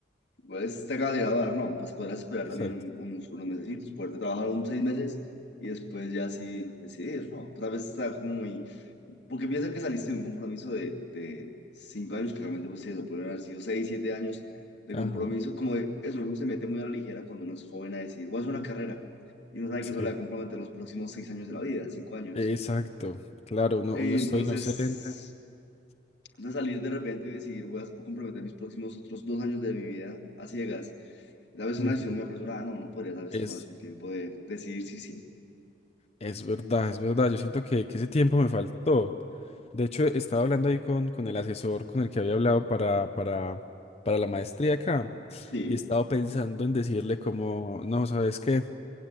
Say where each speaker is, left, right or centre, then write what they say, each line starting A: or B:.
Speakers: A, on the left; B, on the left.
A: igual es- te acaba de graduar, ¿no? Pues podrás esperar
B: Exacto.
A: también un- unos, unos mesecitos, poderte trabajar unos seis meses y después ya sí decidir, ¿no? Tal vez está como muy... Porque piensa que saliste de un compromiso de, de cinco años, que realmente pues sí, eso podrían haber sido seis, siete años de
B: Ajá,
A: compromiso, como de eso, uno se mete muy a la ligera cuando uno es joven a decir, voy a hacer una carrera y no sabe
B: sí.
A: que eso le va a comprometer los próximos seis años de la vida, cinco años.
B: Exacto, claro, uno,
A: Eh,
B: uno estoy
A: entonces...
B: inocente.
A: de salir de repente y decidir, voy a comprometer mis próximos otros dos años de mi vida a ciegas. A veces
B: Ujú.
A: una decisión muy apresurada, no, no podría tal vez
B: Es,
A: tomarse un tiempo de decidir si sí,
B: es verdad, es verdad, yo siento que, que ese tiempo me faltó. De hecho, estaba hablando ahí con, con el asesor con el que había hablado para, para, para la maestría acá
A: sí,
B: y estaba pensando en decirle como, no, ¿sabes qué?